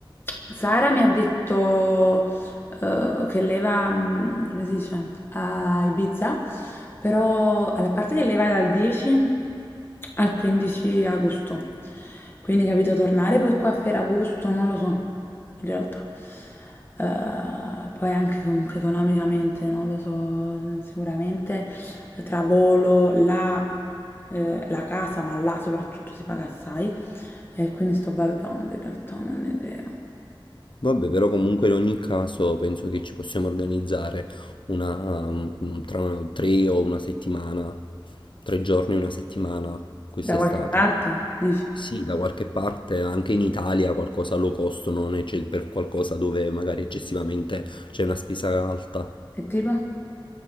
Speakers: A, on the left; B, on the left.
A: Sara mi ha detto eh, che lei va, mm, come si dice, a Ibiza, però alla parte che lei va dal 10 al 15 agosto, quindi capito, tornare poi qua a Ferragosto, non lo so, in realtà. Eh, poi anche comunque economicamente, non lo so, sicuramente eh, tra volo, la, eh, la casa, ma là soprattutto si paga assai. E quindi sto valutando in realtà, non ho idea.
B: Vabbè, però comunque in ogni caso penso che ci possiamo organizzare una, um, tra una- tre o una settimana, tre giorni, una settimana quest'estate.
A: Da qualche parte, dici?
B: Sì, da qualche parte, anche in Italia qualcosa low cost, non ecce- per qualcosa dove magari eccessivamente c'è una spesa alta.
A: E tipo?